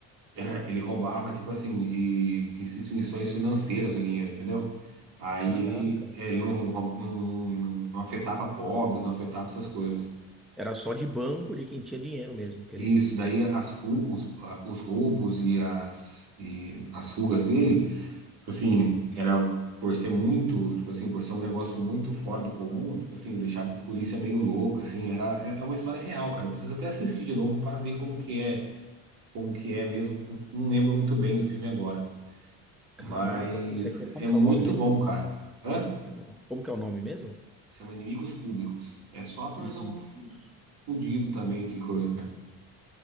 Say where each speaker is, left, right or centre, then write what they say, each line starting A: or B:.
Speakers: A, on the right; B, in the centre.
A: é, ele roubava, tipo assim, de, de instituições financeiras o dinheiro, entendeu? Aí
B: caraca.
A: ele, é, ele não, roub- não, não, não- não afetava pobres, não afetava essas coisas.
B: Era só de banco de quem tinha dinheiro mesmo, que
A: Isso,
B: ele.
A: daí as, fu- os, a- os roubos e as, e as fugas dele. Tipo assim, era por ser muito, tipo assim, por ser um negócio muito fora do comum, tipo assim, deixava a polícia
B: Uhum.
A: meio louca, assim, era, é é uma história real, cara. Eu preciso até assistir de novo pra ver como que é, como que é mesmo. eu Não lembro muito bem do filme agora,
B: Caraca,
A: mas
B: pô, você entende como
A: é
B: que
A: muito
B: é o nome mesmo?
A: bom, cara. Hã?
B: Legal. Como que é o nome mesmo?
A: Chama Inimigos Públicos. É só atorzão
B: Inimigos.
A: fudido também, que coisa, cara.